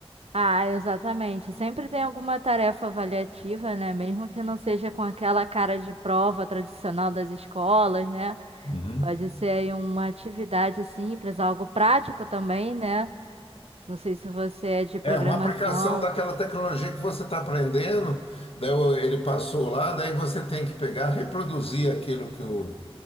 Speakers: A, on the right (about 80°); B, on the left (about 70°).
A: Ah, exatamente. Sempre tem alguma tarefa avaliativa, né? Mesmo que não seja com aquela cara de prova tradicional das escolas, né?
B: Uhum.
A: Pode ser aí uma atividade simples, algo prático também, né? Não sei se você é de programação.
B: É uma aplicação daquela tecnologia que você está aprendendo, daí o- ele passou lá, daí você tem que pegar, reproduzir aquilo que o,